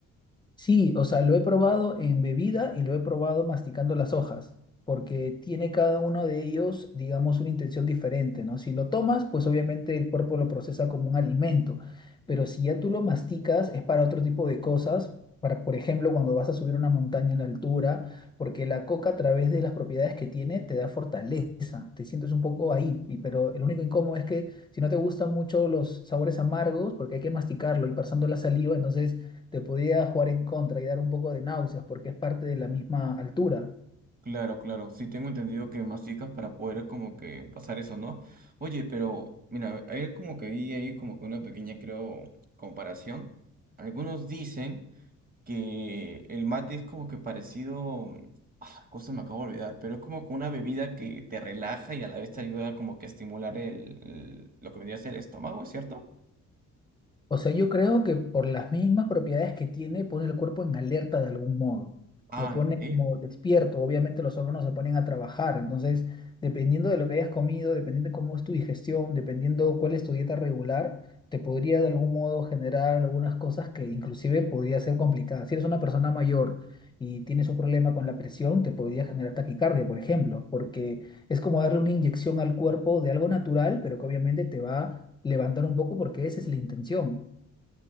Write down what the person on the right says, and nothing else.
Claro, claro, sí tengo entendido que masticas para poder como que pasar eso, ¿no? Oye, pero mira, ayer como que vi ahí como que una pequeña, creo, comparación. Algunos dicen que el mate es como que parecido, ah, cosa me acabo de olvidar, pero es como que una bebida que te relaja y a la vez te ayuda como que a estimular el, el- lo que vendría a ser el estómago, ¿es cierto?
Ah,
me alegro.